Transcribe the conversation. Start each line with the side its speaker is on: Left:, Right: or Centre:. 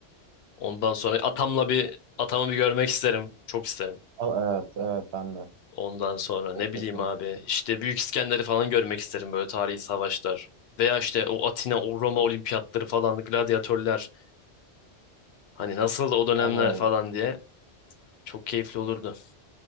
Left: Ondan sonra atamla bir atamı bir görmek isterim. Çok isterim.
Right: A- Evet, evet ben de.
Left: Ondan sonra
Right: O
Left: ne
Right: kesin.
Left: bileyim abi işte Büyük İskender'i falan görmek isterim böyle tarihi savaşlar. Veya işte o Atina, o Roma olimpiyatları falan, gladyatörler. Hani nasıl o dönemler
Right: Valla
Left: falan diye. Çok keyifli olurdu.